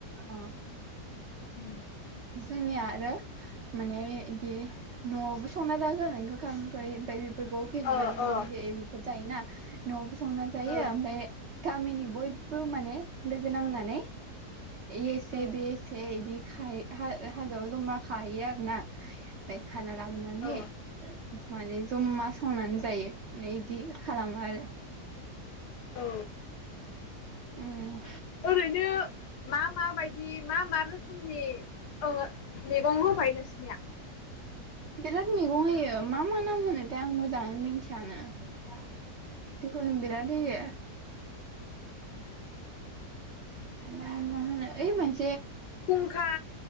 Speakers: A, on the right; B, on the left.
A: अ
B: अम
A: जोंनिया आरो माने इदि न'आवबो संना जागोन गोखा गोखै ओमफाय दंफाङाव खैजिमा
B: अ
A: बि-बिदै
B: अ
A: एमफौ थायोना <unintelligible> संना जायो
B: औ
A: ओमफ्राय गामिनि बयबो माने लोगो नांनानै इयो एसे
B: औ
A: बियो एसे इदि खायो हा-हाजोआव जमा खाहैयो आरो ना ओमफाय खाना लाबोनानै
B: औ
A: माने जमा सावनानै जायो माने बिदि खालामो आरो
B: औ
A: उम
B: ओरैनो मा-माबायदि मा मा रोखो- खोमनि ओ मैगं होफायो नोंसिनिया
A: बिराद मैगं होयो मा मा नाम होनो थाय आं मोजाङै मिन्थियानो। जिखुनु बिराद होयो।
B: उम
A: मा मा होनो ओइ मोन-
B: खुंखा